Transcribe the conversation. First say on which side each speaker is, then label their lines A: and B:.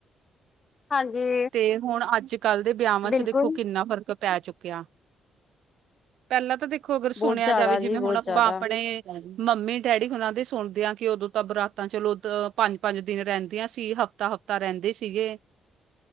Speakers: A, on the left; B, on the right.
A: ਹਾਂਜੀ।
B: ਤੇ ਹੁਣ ਅੱਜ-ਕੱਲ੍ਹ ਦੇ ਵਿਆਵਾ
A: ਬਿਲਕੁਲ
B: ਚ ਦੇਖੋ ਕਿੰਨਾ ਫ਼ਰਕ ਪੈ ਚੁੱਕਿਆ। ਪਹਿਲਾਂ ਤਾਂ ਦੇਖੋ ਅਗਰ
A: ਬਹੁਤ
B: ਸੁਣਿਆ
A: ਜ਼ਿਆਦਾ
B: ਜਾਵੇ ਜਿਵੇਂ
A: ਜੀ ਬਹੁਤ
B: ਹੁਣ ਆਪਾਂ
A: ਜ਼ਿਆਦਾ
B: ਆਪਣੇ- ਮੰਮੀ ਡੈਡੀ ਹੁਨਾ ਦੇ ਸੁਣਦੇ ਆ ਕਿ ਉਦੋਂ ਤਾਂ ਬਰਾਤਾਂ ਚਲੋ ਪੰਜ-ਪੰਜ ਦਿਨ ਰਹਿੰਦੀਆਂ ਸੀ ਹਫਤਾ ਹਫ- ਤਾਂ ਰਹਿੰਦੇ ਸੀਗੇ